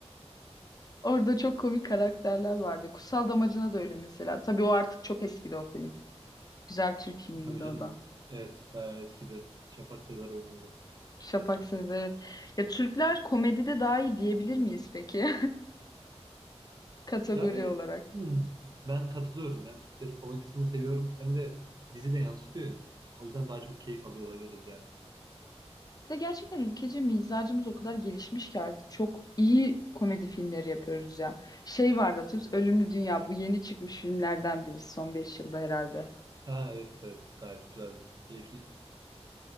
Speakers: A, on the left; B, on the right.
A: Orada çok komik karakterler vardı. Kutsal Damacana da öyle mesela. Tabii o artık çok eskidi o film. Güzel bir Türk filmiydi
B: Tabii canım.
A: o da.
B: Evet, bayağı eskidi. Şafak Sezer oynuyordu.
A: Şafak Sezer evet. Ya Türkler komedide daha iyi diyebilir miyiz peki? <laughs> Kategori
B: Yani
A: olarak.
B: hmm, ben katılıyorum ya. Türklerin komedisini seviyorum. Hem de bizi de yansıtıyor ya. O yüzden daha çok keyif alıyor olabiliriz yani.
A: Bir de gerçekten ülkece mizacımız o kadar gelişmiş ki artık çok iyi komedi filmleri yapıyoruz ya. Şey vardı hatırlıyor musun? Ölümlü Dünya bu yeni çıkmış filmlerden biri son 5 yılda herhalde.
B: Ha evet evet gayet güzeldi. Keyifliydi.